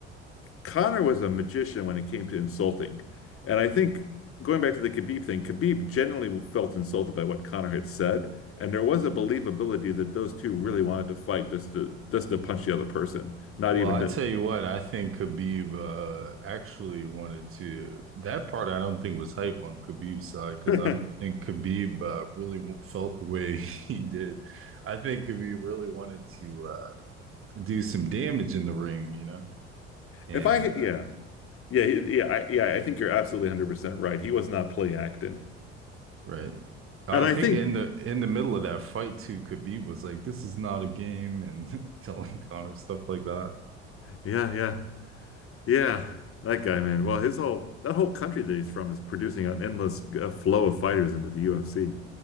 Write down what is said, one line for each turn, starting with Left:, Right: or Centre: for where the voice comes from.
Left: Connor was a magician when it came to insulting. And I think going back to the Khabib thing, Khabib generally felt insulted by what Connor had said. And there was a believability that those two really wanted to fight just to just to punch the other person, not
Right: Well,
Left: even
Right: I
Left: to.
Right: tell you what, I think Khabib uh, actually wanted to. That part I don't think was hype on Khabib's side because
Left: <laughs>
Right: I think Khabib uh, really w felt the way <laughs> he did. I think Khabib really wanted to uh, do some damage in the ring, you know, and
Left: If I hit,
Right: uh,
Left: yeah, yeah, yeah, I, yeah, I think you're absolutely 100% right. He was not play acting.
Right: right.
Left: And
Right: I
Left: I
Right: think
Left: think,
Right: in the in the middle of that fight too, Khabib was like, "This is not a game," and <laughs> telling Connor stuff like that.
Left: yeah, yeah, yeah, that guy, man. Well, his whole that whole country that he's from is producing an endless uh, flow of fighters into the UFC.